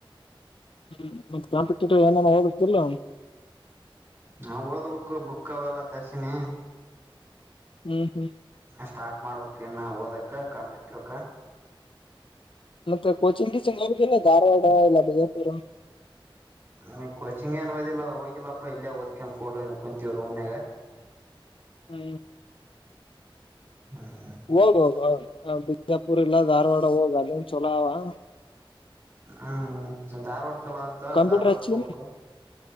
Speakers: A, on the left; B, on the right.
A: ಹ್ಮ ಮತ್ತೆ ಕಾಂಪಿಟೇಟಿವ್ ಏನೇನು ಹೋಗತಿಲ್ಲ
B: ನಾವ ಓದ್ಬೇಕು ಬುಕ್ ಅವೆಲ್ಲಾ ತರ್ಸಿನಿ
A: ಹ್ಮ್ ಹ್ಮ್
B: ಸ್ಟಾರ್ಟ್ ಮಾಡ್ಬೇಕಕ್ ಇನ್ನು ಓದಕ್ಕ ಕಂಪ್ <inaudible> ಇಕ
A: ಮತ್ತೆ ಕೋಚಿಂಗ್ ಕೀಚಿಂಗ್ ಹೋಗುದಿಲ್ಲ ಏನ್ ಧಾರವಾಡ ಇಲ್ಲ ಬೀದರ. ಹರ <inaudible>
B: ಹ ಕೋಚಿಂಗ ಏನ್ ಓದಿಲ್ಲ ಹೋಗಿಲ್ಲಪ್ಪ ಇಲ್ಲೇ ಓದ್ಕ ಕೂಡ ಕುಂತೀವಿ ರೂಮ್ನ್ಯಾಗ.
A: ಹ್ಮ
B: ಹ್ಮ
A: ಹೋಗದ ಹೋಗದು ಹ <inaudible> ಇಲ್ಲ ಧಾರವಾಡ ಹೋಗ ಅಲ್ಲಿನ ಚಲೋ. ಪಲಾವ್
B: ಹ್ಮ್ ಧಾರವಾಡ ಚಲೋ ಅಂತ
A: ಕಂಪ್ಯೂಟರ್
B: ಧಾರವಾಡ
A: ಹಚ್ಚಿನ್
B: ಹೋಗ್ಬೇಕು